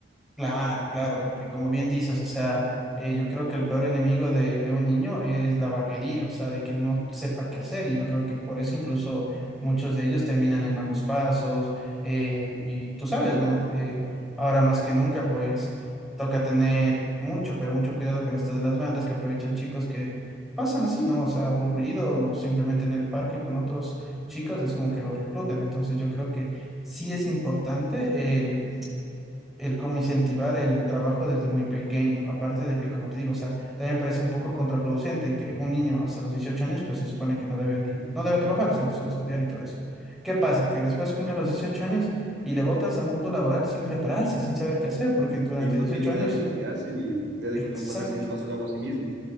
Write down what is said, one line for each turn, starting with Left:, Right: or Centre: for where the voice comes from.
Centre: Claro, claro, porque como bien dices, o sea, eh, yo creo que el peor enemigo de, de un niño es la vaguería, o sea, de que no sepa qué hacer, y yo creo que por eso incluso muchos de ellos terminan en malos pasos, eh, y tú sabes, ¿no? Eh, ahora más que nunca, pues toca tener mucho, pero mucho cuidado con esto de las bandas que aprovechan chicos que pasan así, ¿no? O sea, aburridos o simplemente en el parque con otros chicos, es como que los reclutan, entonces yo creo que sí es importante el el como incentivar el trabajo desde muy pequeño. Aparte de que, como te digo, o sea, también me parece un poco contraproducente que un niño hasta los 18 años, pues se supone que no debe ni, no debe trabajar, o sea, solo estudiar y todo eso. ¿Qué pasa? Que después cumple los dieciocho años y le botas a un mundo laboral sin prepararse, sin saber qué hacer, porque durante
Right: Y no
Centre: 18
Right: tiene idea
Centre: años,
Right: de lo que hace ni idea de
Centre: exacto,
Right: cómo pasar sin un vaso de agua a sí mismo.